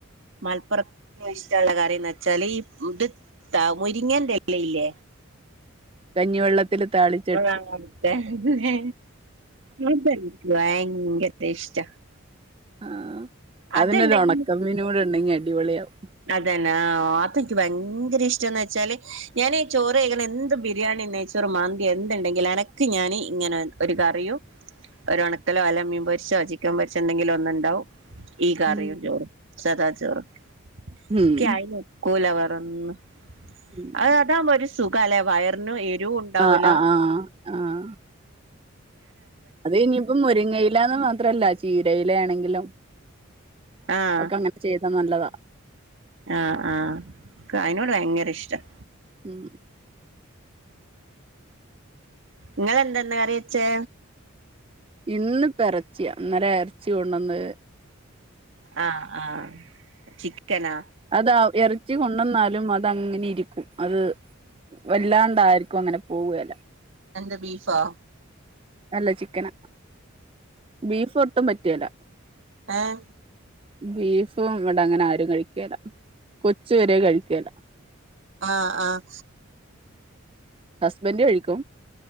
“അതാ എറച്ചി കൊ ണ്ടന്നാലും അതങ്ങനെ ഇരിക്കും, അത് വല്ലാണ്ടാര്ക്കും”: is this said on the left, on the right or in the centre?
Right